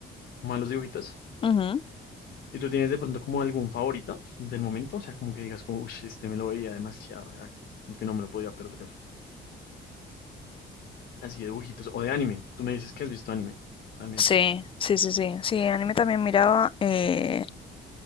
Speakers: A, on the left; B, on the left.
A: Malos dibujitos.
B: Ujú.
A: ¿Y tú tienes de pronto como algún favorito del momento? O sea, como que digas como, uy, este me lo veía demasiado, o sea, como que no me lo podía perder. Así de dibujitos. O de anime. Tú me dices que has visto anime también.
B: Sí, sí, sí, sí. Sí, anime también miraba. eh,